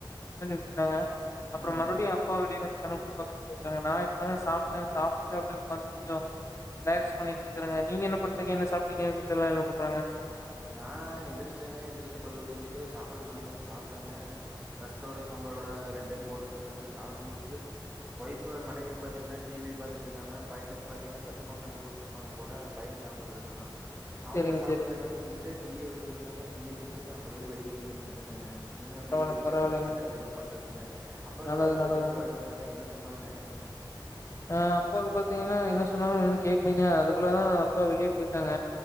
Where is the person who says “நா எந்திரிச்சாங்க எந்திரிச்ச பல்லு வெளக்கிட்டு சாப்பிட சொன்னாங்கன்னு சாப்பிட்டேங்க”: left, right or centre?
Right